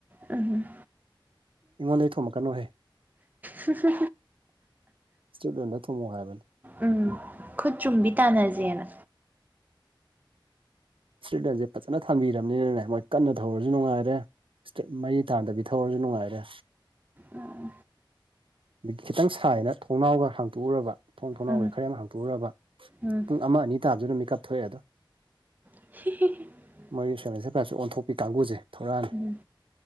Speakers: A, on the right (about 20°); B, on the right (about 85°).
A: ꯎꯝ
B: ꯑꯩꯉꯣꯟꯗꯗꯒꯤ ꯊꯣꯃꯛꯛꯀꯅꯨꯍꯦ
A: ꯁꯨꯁ
B: ꯏꯁꯇꯦꯔꯤꯠꯂꯣꯟꯗ ꯊꯝꯃꯣ ꯍꯥꯏꯕꯅꯤ
A: ꯎꯝ ꯈꯨꯠ ꯆꯨꯝꯕꯤ ꯇꯥꯟꯅꯁꯦꯅ
B: ꯏꯁꯇ꯭ꯔꯤꯠꯂꯦꯟꯁꯦ ꯐꯖꯅ ꯊꯥꯟꯕꯤꯔꯔꯕꯅꯤꯅꯅꯦ ꯃꯣꯏ ꯀꯟꯅ ꯊꯧꯔꯁꯨ ꯅꯨꯡꯉꯥꯏꯔꯦ ꯃꯔꯤ ꯇꯥꯗꯕꯤ ꯊꯧꯔꯁꯨ ꯅꯨꯡꯉꯥꯏꯔꯦ
A: ꯎꯝ
B: <unintelligible> ꯑꯗꯒꯤ ꯈꯤꯇꯪ ꯁꯥꯏꯅ ꯊꯣꯡꯅꯥꯎꯒ ꯍꯥꯡꯇꯣꯛꯎꯔꯕ ꯊꯣꯡ ꯊꯣꯡꯅꯥꯎꯒ
A: ꯎꯝ
B: ꯈꯔ ꯌꯥꯝ ꯍꯥꯡꯇꯣꯛꯎꯔꯕ
A: ꯎꯝ
B: ꯄꯨꯡ ꯑꯃ ꯑꯅꯤ ꯇꯥꯕꯗꯨꯅ ꯃꯤꯀꯑꯞ ꯊꯣꯛꯑꯦ ꯑꯗꯣ
A: <unintelligible>
B: ꯃꯣꯏꯒꯤ ꯁꯕꯦꯟ ꯁꯦ ꯄꯥꯏꯞꯁꯨ ꯑꯣꯟꯊꯣꯛꯄꯤ ꯀꯥꯡꯕꯨꯁꯦ ꯊꯧꯔꯥꯅꯤ
A: ꯎꯝ